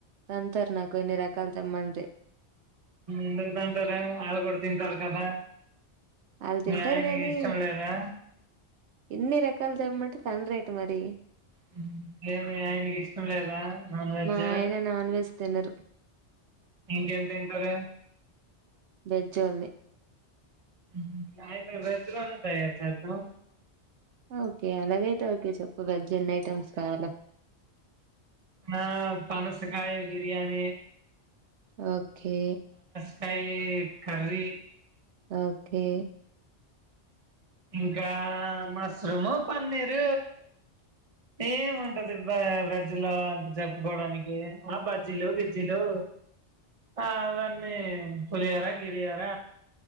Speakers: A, on the right; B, on the right.
A: తాంతారు నాకు ఇన్ని రకాలు తెమ్మంటే
B: ఎందుకు తంతారు ఆళ్లు ఎం కాదు కదా
A: ఆళ్ళు తింటారు
B: మీ ఆయనకి
A: గానీ
B: ఇష్టం లేదా
A: ఎన్ని రకాలు తేమ్మంటార్ సన్ రైట్ మరి
B: హ్మ్ ఎం మీ ఆయనకి ఇష్టం లేదా నాన్ వెజ్
A: మా ఆయన నాన్ వెజ్ తినరు
B: ఇంకేం తింటారు.
A: వెజ్జోళ్ళని
B: హుమ్మ్ అయితే వెజ్ లోనే తయారు చేదాం
A: ఓకే అలాగైతే ఓకే చెప్పు ఇ వెజ్ ఎన్ని ఐటమ్స్ కావాలా
B: నా పనసకాయ బిర్యానీ
A: ఓకే
B: కాయి కర్రీ
A: ఓకే
B: ఇంకా మష్రూము పన్నీరు ఏముంటది వెజ్జ్ లో అంత చెప్పుకోడానికి ఆ బజ్జీలు గిజ్జిలు ఆ అవన్నీ పులిహోర గిలిహోర